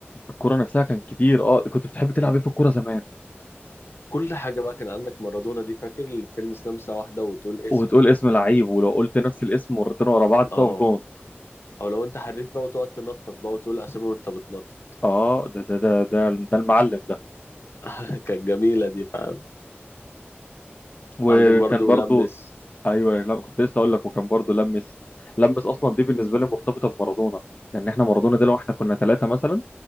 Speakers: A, on the left; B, on the left.
A: الكورة نفسها كان كتير اه كنت بتحب تلعب ايه في الكورة زمان
B: كل حاجه بقى كان عندك مارادونا دي فاكر اللي بتلمس لمسه واحده وتقول اسم
A: وتقول اسم لعيب ولو قلت نفس الاسم مرتين ورا بعض تقف
B: اه
A: جون
B: او لو انت حريف بقى وتقعد تنطط بقى وتقول اسامي وانت بتنطط
A: اه ده ده ده ده ده المعلم ده
B: <laughs> كانت جميله دي فاهم
A: وكان
B: عندك برضو
A: برضو
B: لمس
A: ايوه لا كنت لسه اقول لك وكان برضو لمس لمس اصلا دي بالنسبه لي مرتبطه بمارادونا لان احنا مارادونا ده لو احنا كنا ثلاثه مثلا